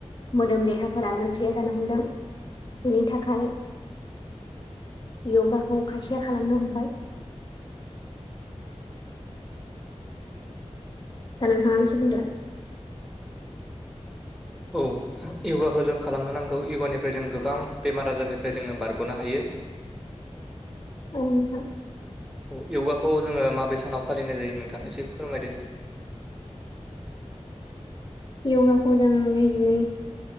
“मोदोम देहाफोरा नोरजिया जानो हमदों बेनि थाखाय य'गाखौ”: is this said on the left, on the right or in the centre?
Left